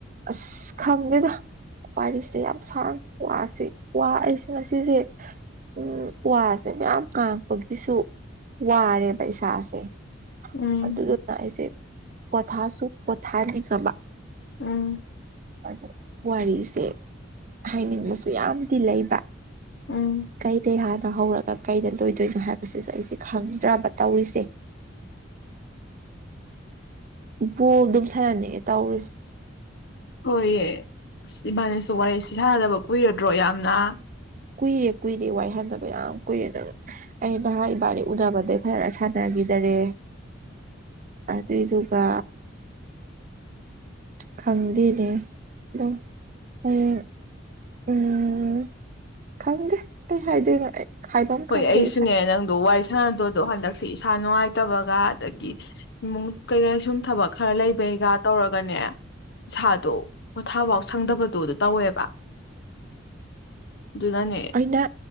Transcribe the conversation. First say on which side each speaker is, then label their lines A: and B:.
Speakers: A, on the right; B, on the left.
A: ꯑꯁ ꯈꯪꯗꯦꯗ ꯋꯥꯔꯤꯁꯦ ꯌꯥꯝ ꯁꯥꯡ ꯋꯥꯁꯦ ꯋꯥ ꯑꯩꯁꯦ ꯉꯁꯤꯁꯦ ꯎꯝ ꯋꯥꯁꯦ ꯃꯌꯥꯝ ꯉꯥꯡꯕꯒꯤꯁꯨ ꯋꯥꯔꯦꯕ ꯏꯁꯥꯁꯦ
B: ꯎꯝ
A: ꯑꯗꯨꯗꯨꯅ ꯑꯩꯁꯦ ꯄꯣꯊꯥꯁꯨ ꯄꯣꯊꯥꯅꯤꯡꯉꯕ
B: ꯎꯝ
A: ꯑꯗꯣ ꯋꯥꯔꯤꯁꯦ ꯍꯥꯏꯅꯤꯡꯕꯁꯨ ꯌꯥꯝꯗꯤ ꯂꯩꯕ
B: ꯎꯝ
A: ꯀꯩ <unintelligible> <unintelligible> ꯍꯧꯔꯒ ꯀꯩꯗ ꯂꯣꯏꯗꯣꯏꯅꯣ ꯍꯥꯏꯕꯁꯤꯁꯨ ꯑꯩꯁꯦ ꯈꯪꯗ꯭ꯔꯕ ꯇꯧꯔꯤꯁꯦ ꯕꯣꯜ ꯗꯨꯝ ꯁꯥꯟꯅꯟꯅꯤꯡꯉꯦ ꯇꯧꯔꯤꯁꯦ
B: ꯍꯣꯏꯌꯦ ꯑꯁ ꯏꯕꯥꯅꯤꯁꯨ ꯋꯥꯔꯤꯁꯤ ꯁꯥꯟꯅꯗꯕ ꯀꯨꯏꯔꯗ꯭ꯔꯣ ꯌꯥꯝꯅ
A: ꯀꯨꯏꯔꯦ ꯀꯨꯏꯔꯦ ꯋꯥꯏ ꯁꯥꯟꯗꯕ ꯌꯥꯝ ꯀꯨꯏꯔꯦ ꯅꯪ ꯑꯩ ꯉꯍꯥꯟ ꯏꯕꯥꯅꯤ ꯎꯅꯕꯗꯩ ꯐꯖꯅ ꯁꯥꯟꯅꯒꯤꯗꯔꯦ ꯑꯗꯨꯏꯗꯨꯒ ꯈꯪꯗꯦꯅꯦ ꯑꯗꯨꯝ <unintelligible> ꯎꯝ ꯈꯪꯗꯦ ꯀꯩ ꯍꯥꯏꯗꯣꯏꯅꯣ ꯑꯩ ꯍꯥꯏꯕꯝ ꯈꯪꯗ꯭ꯔꯦ
B: ꯍꯣꯏ ꯑꯩꯁꯨꯅꯦ
A: ꯏꯁꯥ
B: ꯅꯪ ꯗꯣ ꯋꯥꯔꯤ ꯁꯥꯟꯅꯗꯧꯗꯣ ꯍꯟꯗꯛꯁꯦ ꯏꯁꯥ ꯅꯨꯡꯉꯥꯏꯇꯕꯒ ꯑꯗꯒꯤ ꯏꯃꯨꯡ ꯀꯩꯀꯩ ꯁꯨꯝ ꯊꯕꯛ ꯈꯔ ꯂꯩꯕꯩꯒ ꯇꯧꯔꯒꯅꯦ ꯏꯁꯥꯗꯣ ꯄꯣꯊꯥꯐꯥꯎ ꯁꯪꯗꯕꯗꯣ ꯗꯣ ꯇꯧꯋꯦꯕ ꯑꯗꯨꯅꯅꯦ
A: ꯑꯩꯅ